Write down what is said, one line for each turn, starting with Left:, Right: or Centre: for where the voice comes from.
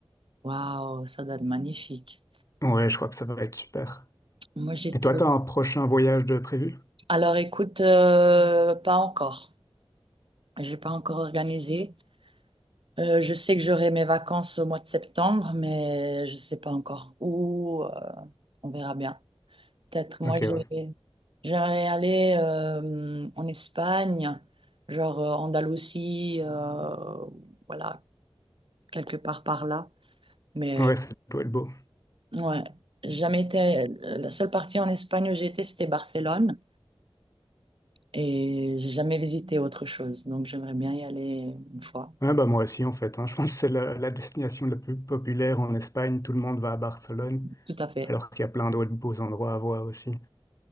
Right: Waouh, ça doit être magnifique.
Left: Ouais, je crois que ça va être super.
Right: Moi, j'étais...
Left: Et toi, t'as un prochain voyage de prévu?
Right: Alors, écoute, euh, pas encore. J'ai pas encore organisé. Euh, je sais que j'aurai mes vacances au mois de septembre, mais je ne sais pas encore où. euh, on verra bien. Peut-être. Moi,
Left: Ok,
Right: j'ai-
Left: ouais.
Right: j'aimerais aller euh, en Espagne, genre euh, Andalousie, euh, voilà, quelque part par là. Mais
Left: Ouais, ça doit être beau.
Right: ouais, j'ai jamais été. La seule partie en Espagne où j'ai été, c'était Barcelone, et j'ai jamais visité autre chose. Donc, j'aimerais bien y aller une fois.
Left: Ouais, bah moi aussi en fait. hein. <laughs> Je pense que c'est la, la destination la plus populaire en Espagne. Tout le monde va à Barcelone,
Right: Tout à fait.
Left: alors qu'il y a plein d'autres beaux endroits à voir aussi.